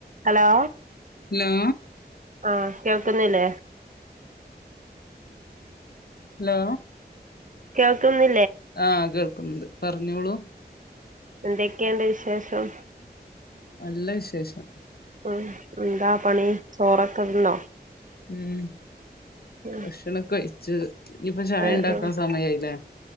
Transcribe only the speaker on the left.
ലോ
ഹലോ
ആ കേൾക്കുന്നുണ്ട് പറഞ്ഞോളൂ
നല്ല വിശേഷം
ഉം
ഭക്ഷണം കഴിച്ച് ഇനിപ്പ ചായ
ഇണ്ടാക്കാൻ സമയായില്ലേ